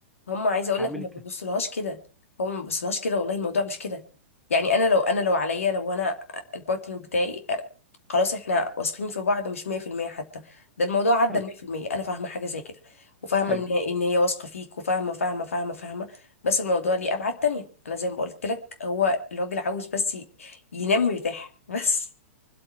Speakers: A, on the left (about 85°); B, in the centre.
A: هم عايزه اقول
B: اعمل
A: لك ما
B: لك
A: ببصلهاش كده هو ما ببصلهاش كده والله الموضوع مش كده يعني انا لو انا لو عليا لو انا البارتنر بتاعي آه، خلاص احنا واثقين في بعض مش 100% حتى ده الموضوع عدى
B: حلو
A: ال 100% انا فاهمه حاجه زي كده وفاهمه
B: حلو
A: ان ان هي واثقه فيك وفاهمه فاهمه فاهمه فاهمه بس الموضوع ليه ابعاد تانية انا زي ما قلت لك هو الراجل عاوز بس ي- ينام مرتاح <laughs> بس